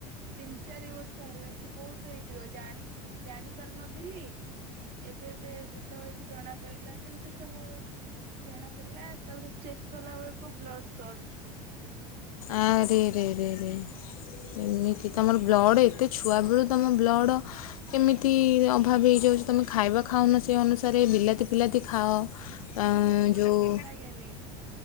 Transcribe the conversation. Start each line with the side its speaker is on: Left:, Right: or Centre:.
Right: ତିନି ଚାରି ବର୍ଷ ହେଲା କି ବହୁତ ହେଇଯିବ ଜାଣିନୀ ଜାଣିପାରୁନଥିଲି। ଏବେ ଏବେ ଯେତେବେଳେ ବି ଜଣା ପଇଲା ଯେମିତି ସବୁ। ଜଣା ପଡିଲା ତାପରେ ଚେକ୍ କଲାବେଳକୁ ବ୍ଲଡ଼ ସଟ୍।
Left: ଆରେ ଆରେ ଆରେ ଆରେ। ଏମିତି ତମର ବ୍ଲଡ଼ ଏତେ ଛୁଆବେଳୁ ତମ ବ୍ଲଡ଼। କେମିତି ଅଭାବ ହେଇଯାଉଛି ତୁମେ ଖାଇବା ଖାଉନ ସେ ଅନୁସାରେ ବିଲାତି ଫିଲାତି ଖାଅ।
Right: ଆଉ
Left: ଆଁ
Right: ବିଲାତି ମତେ
Left: ଯୋଉଁ
Right: ଭଲ ଲାଗେନି